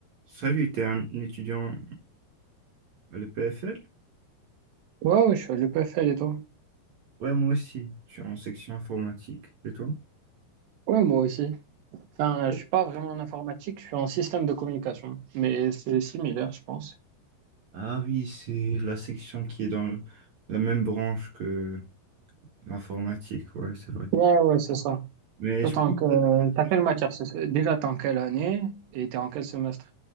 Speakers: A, on the right (about 55°); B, on the right (about 85°).
A: Salut, t'es un étudiant à l'EPFL?
B: Ouais, ouais, je suis à l'EPFL et tout.
A: Ouais, moi aussi, je suis en section informatique. Et toi?
B: Ouais, moi aussi. Enfin,
A: Oh.
B: je suis pas vraiment en informatique, je suis en système de communication. Mais c'est similaire, je pense.
A: Ah oui, c'est la section qui est dans la même branche que l'informatique, ouais, c'est vrai.
B: Ouais, ouais, c'est ça.
A: Mais
B: Toi,
A: je
B: t'es en
A: pense
B: que...
A: que t'as des matières.
B: t'as quelle matière? c'est- c'est- Déjà, t'es en quelle année et t'es en quel semestre?